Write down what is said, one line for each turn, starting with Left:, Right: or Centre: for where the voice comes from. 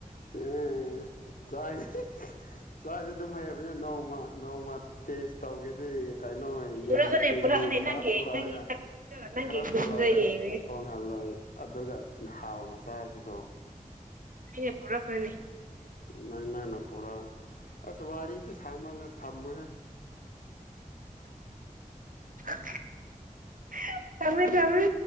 Left: ꯎꯝ ꯆꯥꯛꯁꯦ ꯆꯥꯛꯁꯦ ꯑꯗꯨꯝ ꯍꯩꯕꯅꯤꯅ ꯅꯣꯡ ꯅꯣꯡꯃ ꯅꯣꯡꯃ ꯇꯦꯁ ꯇꯧꯒꯦꯗꯤ ꯀꯩꯅꯣꯟ
Right: ꯄꯨꯔꯛꯑꯅꯦ
Left: ꯀꯦꯖꯤ
Right: ꯄꯨꯔꯛꯑꯅꯦ
Left: ꯈꯔ
Right: ꯅꯪꯒꯤ
Left: ꯄꯨꯔꯛꯑꯒ
Right: ꯅꯪꯒꯤ ꯅꯪꯒꯤ
Left: ꯈꯔ
Right: ꯒꯨꯟꯗꯣ
Left: ꯄꯨꯔꯛꯑꯒ
Right: ꯌꯦꯡꯉꯒꯦ
Left: ꯊꯣꯡꯍꯜꯂꯣꯏ ꯑꯗꯨꯒ ꯍꯥꯎꯅ ꯆꯥꯁꯤꯀꯣ
Right: ꯑꯅꯦ ꯄꯨꯔꯛꯅꯤ
Left: ꯅ ꯅ ꯄꯨꯔꯥ ꯑꯁ ꯋꯥꯔꯤꯁꯦ ꯁꯥꯡꯃꯜꯂꯦ ꯊꯝꯃꯃꯦ
Right: <inaudible> ꯇꯃꯦ ꯇꯃꯦ